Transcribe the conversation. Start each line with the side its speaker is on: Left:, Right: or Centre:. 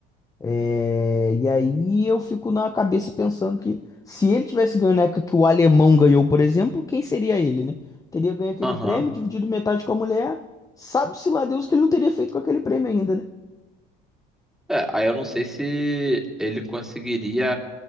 Left: É, e aí eu fico na cabeça pensando que se ele tivesse ganho na época que o alemão ganhou, por exemplo, quem seria ele, né? Teria ganho aquele
Centre: aham.
Left: prêmio, dividido metade com a mulher. Sabe-se lá Deus o que ele não teria feito com aquele prêmio ainda, né?
Centre: É, aí eu não sei se ele conseguiria.